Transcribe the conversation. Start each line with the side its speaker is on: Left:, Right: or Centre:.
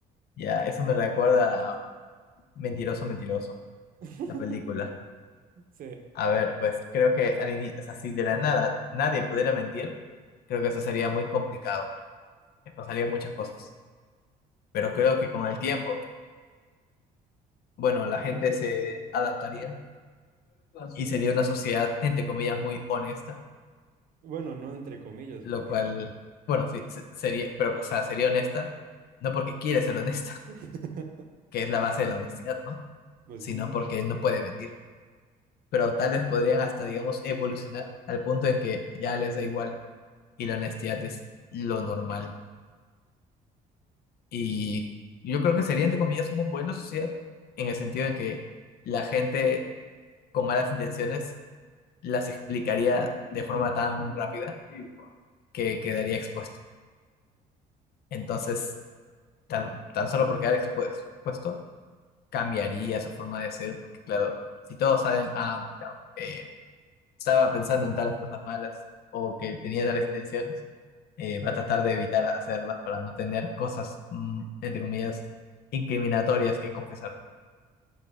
Left: ya, eso me recuerda a Mentiroso, Mentiroso,
Right: <laughs>
Left: la película.
Right: Sí.
Left: A ver, pues creo que al ini- o sea, si de la nada nadie pudiera mentir, creo que eso sería muy complicado. Me pasarían muchas cosas. Pero creo que con el tiempo bueno, la gente se adaptaría y sería una sociedad, entre comillas, muy honesta,
Right: Bueno, no entre comillas,
Left: lo
Right: porque...
Left: cual, bueno, sí, se- sería, pero, o sea, sería honesta, no porque quiere ser honesta,
Right: <laughs>
Left: <laughs> que es la base de la honestidad, ¿no?
Right: Pues
Left: Sino
Right: sí.
Left: porque no puede mentir. Pero tal vez podrían hasta, digamos, evolucionar al punto en que ya les da igual y la honestidad es lo normal. Y yo creo que sería, entre comillas, una buena sociedad en el sentido en que la gente con malas intenciones las explicaría de forma tan rápida que quedaría expuesto. Entonces, tan, tan solo por quedar expu- expuesto, cambiaría su forma de ser, porque claro, si todos saben, ah, mira, eh, estaba pensando en tales cosas malas o que tenía tales intenciones, eh, va a tratar de evitar hacerlas para no tener cosas, mm, entre comillas, incriminatorias que confesar.